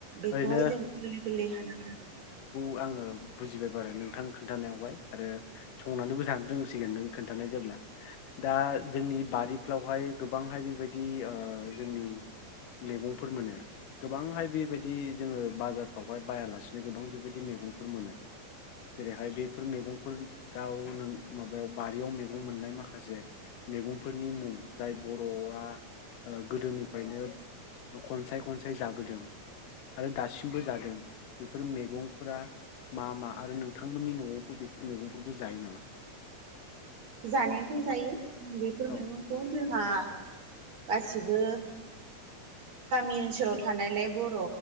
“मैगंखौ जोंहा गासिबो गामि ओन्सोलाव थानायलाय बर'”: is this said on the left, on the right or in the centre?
Right